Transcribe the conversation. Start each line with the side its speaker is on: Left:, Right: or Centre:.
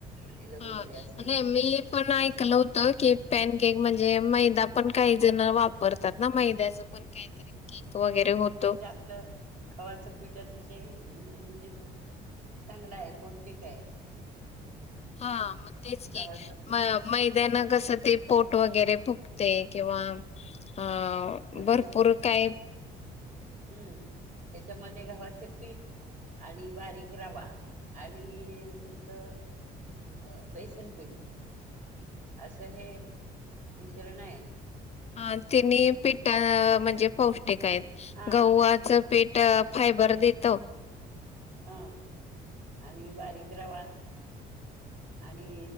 Right: तेल
Left: हा
Right: वगैरे असं
Left: आणि मी पण ऐकलं होत की पॅनकक म्हणजे मैदा पण काही जण वापरतात ना मैद्याच पण काहीतरी केक वगैरे होतो.
Right: आप खवाचं पीठ अतिशय म्हणजे चांगला आहे पौष्टिक आहे.
Left: हा मेचकी
Right: गव्हाचं पीठ
Left: म मैद्याना कसं ते पोट वगैरे फुकते किंवा अ
Right: त्यामुळे
Left: भरपूर काय?
Right: हम्म त्याच्यामध्ये गावाचे पीठ आणि बारीक रवा आणि तुमचं? अ बेसनपीठ असं हे मिश्रण आहे.
Left: अ तिने पिठ म्हणजे पौष्टिक आहेत
Right: हा
Left: गहवाच पेट फायबर देतो.
Right: हा आणि बारीक रवा आणि